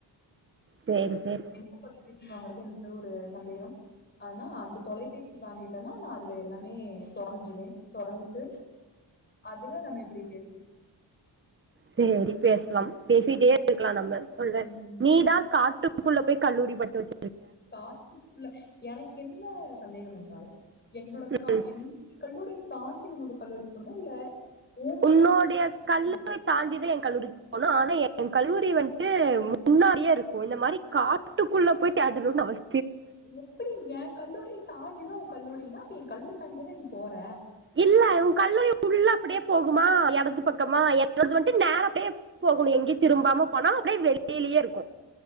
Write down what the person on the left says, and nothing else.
என்ன தொலைபேசி வாங்குறது என்ற ஒரு சந்தேகம் ஆனா அந்த தொலைபேசி வாங்கிட்டனா நா அதுல எல்லாமே தொறந்த்றுவேன் தொறந்துட்டு அதுல்ல நம்ம இப்டி பேஸ்
ம்.
காட்டுகுள்ள எனக்கு என்ன சந்தேகம் என்றாள் என்னோட
கா என் கல்லூரி தாண்டி உன்னோட கல்லூரிக்கு போணுமா இல்ல ஓ கல்லூரி
தாண்டிதா
என்னோட
எப்டி ஏ கல்லூரி தாண்டிதா உ கல்லூரினா அப்ப ஏ கல்லூரி தாண்டிதான நீ போற